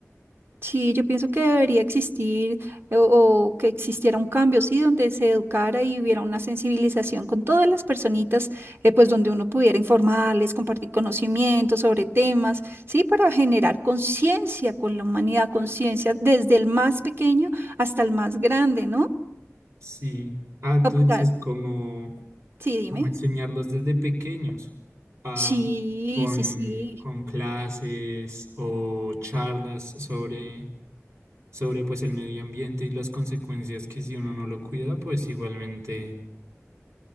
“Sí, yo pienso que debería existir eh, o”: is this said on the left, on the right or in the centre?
Right